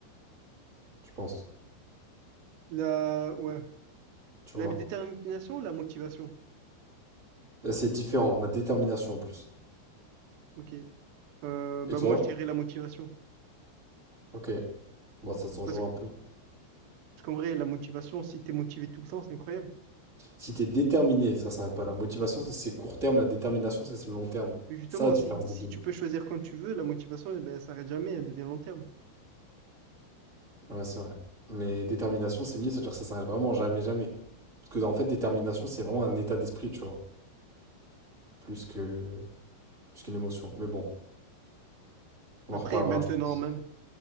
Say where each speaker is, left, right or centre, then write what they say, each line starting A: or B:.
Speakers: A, on the right; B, on the right.
A: je pense,
B: La, ouais.
A: tu
B: La
A: vois.
B: détermination ou la motivation?
A: Là, C'est différent, la détermination en plus.
B: Ok. Euh, bah
A: Et toi?
B: moi je dirais la motivation.
A: Ok, bon, ça s'en
B: Parce
A: joue un
B: que,
A: peu.
B: parce qu'en vrai, la motivation, si t'es motivé tout le temps, c'est incroyable.
A: Si t'es déterminé, ça s'arrête pas. La motivation, c'est c'est court terme, la détermination, ça c'est le long terme.
B: Mais justement,
A: Ça, la différence
B: si, si
A: des deux.
B: tu peux choisir quand tu veux, la motivation, eh ben, elle s'arrête jamais, elle devient long terme.
A: Ouais, c'est vrai. Mais détermination, c'est mieux, c'est-à-dire que ça s'arrête vraiment jamais, jamais. Parce que, en fait, détermination, c'est vraiment un état d'esprit, tu vois, plus que... plus qu'une émotion. Mais bon, on
B: Après,
A: en reparlera,
B: maintenant
A: je pense.
B: même,